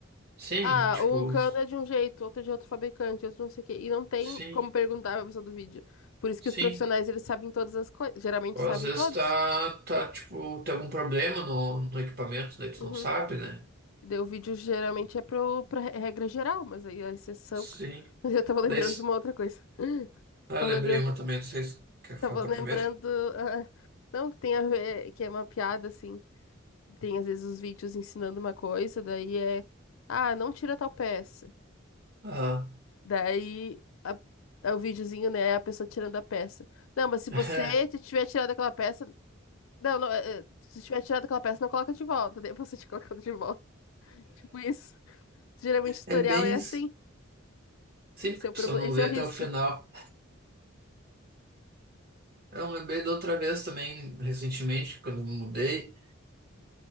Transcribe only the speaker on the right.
Sim,
tipo.
Sim,
sim.
Ou
às vezes
tá, tá, tipo, tem algum problema no, no equipamento, daí tu
não sabe, né?
Sim.
Daí, s-
ah,
eu lembrei
uma também, não sei se quer
falar
primeiro.
Ah.
<laughs>
É bem
isso.
Sim,
porque
a
pessoa não
vê
até
o final. Eu lembrei da outra vez também, recentemente, quando eu me mudei,